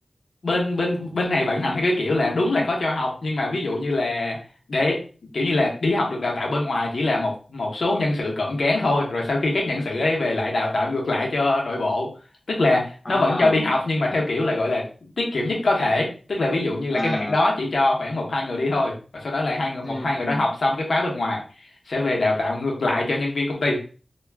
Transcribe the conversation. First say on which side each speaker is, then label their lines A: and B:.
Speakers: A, on the left; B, on the left.
A: bên bên bên này vận hành theo cái kiểu là đúng là có cho học nhưng mà ví dụ như là để kiểu như là đi học được đào tạo bên ngoài chỉ là một một số nhân sự cộm cán thôi rồi sau khi các nhân sự ấy về lại đào tạo ngược lại cho nội bộ tức là
B: à
A: nó vẫn cho đi học nhưng mà theo kiểu là gọi là tiết kiệm nhất có thể tức là ví dụ như là
B: à
A: cái mảng đó chỉ cho khoảng một hai người đi thôi và sau đó lại hai người
B: ừ.
A: một hai người đó học xong cái khóa bên ngoài sẽ về đào tạo ngược lại cho nhân viên công ty